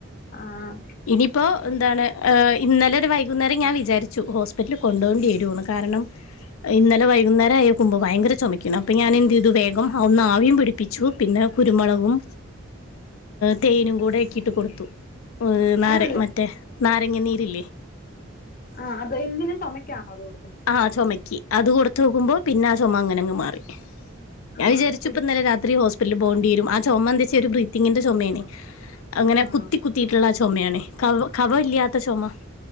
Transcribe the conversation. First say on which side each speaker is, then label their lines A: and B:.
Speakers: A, on the left (about 45°); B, on the left (about 85°).
A: ആഹ
B: ഇനിപ്പോ എന്താണ് ഇന്നലെരു വൈകുന്നേരം ഞാൻ വിചാരിച്ചു ഹോസ്പിറ്റലിൽ കൊണ്ടോണ്ടി വരോന്ന് കാരണം ഇന്നലെ വൈകുന്നേരം ആയക്കുമ്പോ ഭയങ്കര ചുമക്കുണു അപ്പൊ ഞാൻ എന്തു ഇതു വേഗം ഒന്ന് ആവിയം പിടിപ്പിച്ചു പിന്നെ കുരുമുളകും തേനും കൂടെക്കിട്ട് കൊടുത്തു നാര
A: അതല്ല
B: മറ്റേ നാരങ്ങ നീരില്ലേ
A: ആ് അത് എന്തിന് ചുമമക്കാണോ അതോ കൊടുക്കുന്നത്
B: ആ ചുമയ്ക്ക് അത് കൊടുത്ത നോക്കുമ്പോ പിന്നെ ആ ചുമ അങ്ങനെ അങ് മാറി ഞാൻ
A: ആഹ്
B: വിചരിച്ചു
A: കുരു
B: ഇപ്പോ ഇന്നെലെ രാത്രി ഹോസ്പിറ്റലിൽ പോവേണ്ടി വരും ആ ചുമ എന്തെച്ച ഒരു ബ്രീത്തിങ്ങിന്റെ ചുമേണെ അങ്ങനെ
A: ആഹ്
B: കുത്തി കുത്തിയിട്ടുള്ള ആ ചുമയാണ് ക കവ ഇല്ലാത്ത ചുമ